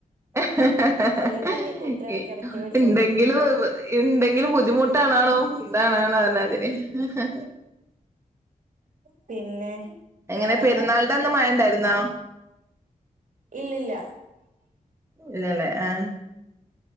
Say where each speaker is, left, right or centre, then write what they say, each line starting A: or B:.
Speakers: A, on the right; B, on the right.
A: എഹെ
B: ഒരേ കുഞ്ഞിക്കുട്ടി ഇടക്കിടക്ക് മേടിച്ചോണ്ടിരിക്കും
A: എന്തെങ്കിലും എന്തെങ്കിലും ബുദ്ധിമുട്ടാണാണോ ആണ് ആണ് അതിനു ഏഹ്
B: പിന്നെ
A: എങ്ങനെ
B: വേറെന്താണ്.
A: പെരുന്നാളിന്റെ അന്ന് മഴ ഇണ്ടായിരുന്നോ
B: ഇല്ലില്ല.
A: ഇല്ല ലെ ഏ